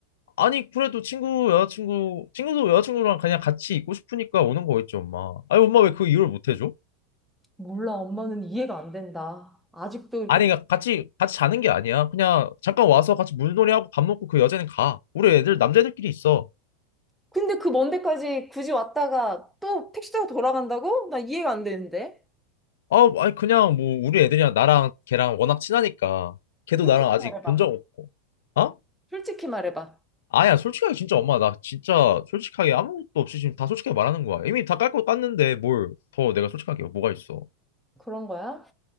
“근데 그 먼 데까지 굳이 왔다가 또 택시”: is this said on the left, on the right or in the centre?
Centre